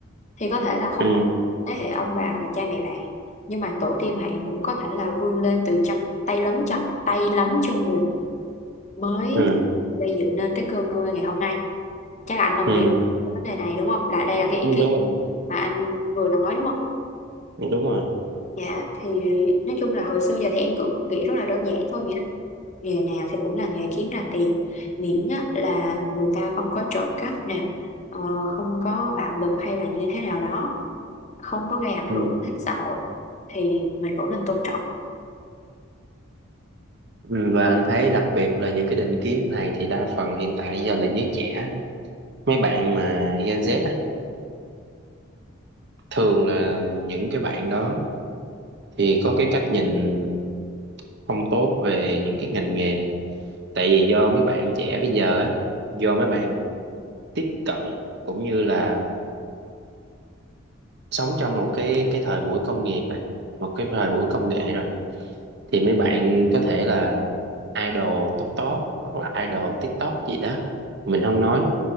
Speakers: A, on the left; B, on the right.
A: thì có thể là không
B: ừ
A: phải thế hệ ông bà hoặc cha mẹ bạn nhưng mà tổ tiên bạn cũng có thể là vươn lên từ chân tay lấm chân tay lấm chân bùn mới
B: ừ
A: gây dựng nên cái cơ ngơi ngày hôm nay chắc là anh đồng
B: ừ
A: ý với vấn đề này đúng không là đây là cái ý
B: đúng
A: kiến
B: rồi
A: mà anh vừa nói đúng không
B: đúng rồi
A: dạ thì nói chung là hồi xưa giờ thì em cũng nghĩ rất là đơn giản thôi nghĩa là nghề nào thì cũng là nghề kiếm ra tiền miễn á, là người ta không có trộm cắp nè ờ, không có bạo lực hay là như thế nào đó không có gây ảnh hưởng
B: ừ.
A: đến xã hội thì mình vẫn nên tôn trọng
B: Ừ, và anh thấy đặc biệt là những cái định kiến này thì đa phần hiện tại giờ là giới trẻ mấy bạn mà Gen Z á thường là những cái bạn đó thì có cái cách nhìn không tốt về những cái ngành nghề tại vì do mấy bạn trẻ bây giờ á do mấy bạn tiếp cận cũng như là sống trong một cái cái thời buổi công nghiệp rồi một cái thời buổi công nghệ rồi thì mấy bạn có thể là idol top top hoặc là idol TikTok gì đó mình không nói